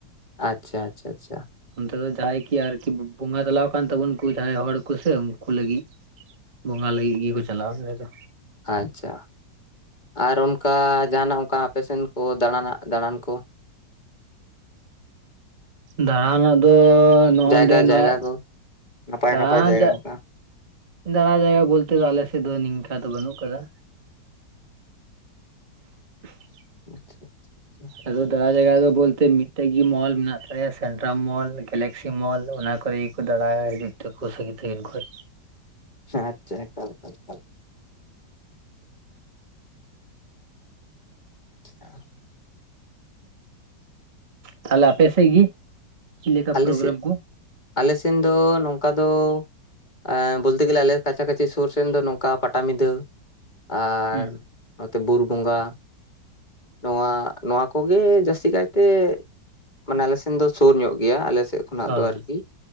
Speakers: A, on the left (about 25°); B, on the right (about 30°).
A: ᱟᱪᱷᱟ ᱟᱪᱷᱟ ᱟᱪᱷᱟ ᱾
B: ᱚᱱᱛᱮ ᱫᱚ ᱡᱟᱦᱟᱸᱭ ᱠᱤ ᱟᱨᱠᱤ ᱵᱚᱸᱜᱟ ᱛᱟᱞᱟᱣ ᱟᱠᱟᱱ ᱛᱟᱵᱚᱱ ᱠᱚ ᱡᱟᱦᱟᱸᱭ ᱦᱚᱲ ᱠᱚᱥᱮ ᱩᱱᱠᱩ ᱞᱟᱹᱜᱤᱫ᱾ ᱵᱚᱸᱜᱟ ᱞᱟᱹᱜᱤᱫ ᱜᱮᱠᱚ ᱪᱟᱞᱟᱜᱼᱟ ᱚᱸᱰᱮ ᱫᱚ᱾
A: ᱟᱪᱷᱟ ᱟᱨ ᱚᱱᱠᱟ ᱡᱟᱦᱟᱱᱟᱜ ᱚᱱᱠᱟ ᱯᱮᱥᱮᱱ ᱠᱚ ᱫᱟᱬᱱᱟᱜ ᱫᱟᱬᱟᱱ ᱠᱚ?
B: ᱫᱟᱬᱟᱱ ᱫᱚ ᱱᱚᱜᱼᱰᱮ
A: ᱡᱟᱭᱜᱟ
B: ᱱᱚᱣᱟ
A: ᱡᱟᱭᱜᱟ ᱠᱚ ᱱᱟᱯᱟᱭ
B: ᱫᱟᱬᱟᱱ
A: ᱱᱟᱯᱟᱭ ᱡᱟᱭᱜᱟ
B: ᱨᱮᱭᱟᱜ
A: ᱚᱱᱠᱟ
B: ᱫᱟᱬᱟᱭ ᱡᱟᱭᱜᱟ ᱵᱚᱞᱛᱮ ᱫᱚ ᱟᱞᱮᱥᱮᱫ ᱫᱚ ᱱᱤᱝᱠᱟ ᱫᱚ ᱵᱟᱹᱱᱩᱜ ᱟᱠᱟᱫᱟ᱾ <inaudible>
A: ᱟᱪᱷᱟ ᱟᱪᱷᱟ ᱟᱷᱟ
B: ᱟᱫᱚ ᱫᱟᱲᱟᱭ ᱡᱟᱭᱜᱟ ᱫᱚ ᱵᱚᱞᱛᱮ ᱢᱤᱫᱴᱮᱡ ᱜᱮ ᱢᱚᱞ ᱢᱮᱱᱟᱜ ᱛᱟᱞᱮᱭᱟ, ᱥᱮᱱᱴᱨᱟᱢ ᱢᱚᱞ, ᱜᱮᱞᱟᱠᱥᱤ ᱢᱚᱞ, ᱚᱱᱟ ᱠᱚᱨᱮ ᱫᱟᱬᱟᱭᱟ ᱦᱤᱡᱩᱜ ᱛᱮᱠᱚ ᱥᱟᱹᱜᱤ ᱛᱠᱤᱱ ᱠᱷᱚᱱ᱾
A: ᱦᱮᱸ ᱟᱪᱷᱟ ᱮᱠᱟᱞ, ᱮᱠᱟᱞ, ᱮᱠᱟᱞ ᱟᱪᱷᱟ
B: ᱛᱟᱦᱚᱞᱮ ᱟᱯᱮᱮᱥ ᱜᱮ ᱪᱤ ᱞᱮᱠᱟ
A: ᱟᱞᱮ
B: ᱯᱨᱳᱜᱨᱟᱢ
A: ᱥᱮᱫ
B: ᱠᱚ?
A: ᱟᱞᱮ ᱥᱮᱱ ᱫᱚ ᱱᱚᱝᱠᱟ ᱫᱚ ᱟᱸᱻ ᱵᱚᱞᱛᱮ ᱜᱮᱞᱮ ᱟᱞᱮ ᱠᱟᱪᱷᱟ ᱠᱟᱪᱷᱤ ᱥᱩᱨ ᱥᱮᱱ ᱫᱚ ᱱᱚᱝᱠᱟ ᱯᱟᱴᱟᱵᱤᱫᱷᱟᱹ ᱟᱨ
B: ᱦᱩᱸ
A: ᱱᱚᱛᱮ ᱵᱩᱨᱩ ᱵᱚᱸᱜᱟ᱾ ᱱᱚᱣᱟ ᱱᱚᱣᱟ ᱠᱚᱜᱮ ᱡᱟᱹᱥᱛᱤ ᱠᱟᱭᱛᱮ ᱢᱟᱱᱮ ᱟᱞ ᱥᱮᱱ ᱫᱚ ᱥᱩᱨ ᱧᱚᱜ ᱜᱮᱭᱟ ᱟᱞᱮ ᱥᱮᱫ ᱠᱷᱚᱱᱟᱜ
B: ᱦᱳᱭ
A: ᱫᱚ ᱟᱨᱠᱤ᱾